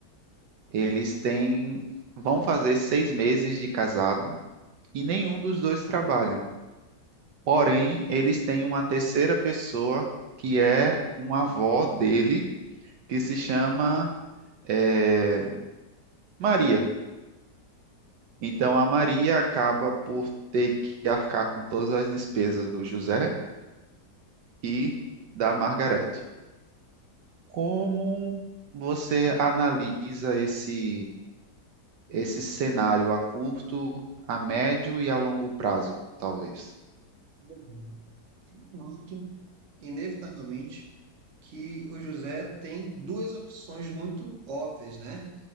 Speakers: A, on the right; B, on the right.
A: Eles têm, vão fazer seis meses de casado e nenhum dos dois trabalham. Porém, eles têm uma terceira pessoa que é uma avó dele, que se chama eh, Maria. Então a Maria acaba por ter que arcar com todas as despesas do José e da Margarete. Como você analisa esse esse cenário a curto, a médio e a longo prazo, talvez?
B: Bom, eu noto, inevitavelmente, que o José tem duas opções muito óbvias, né?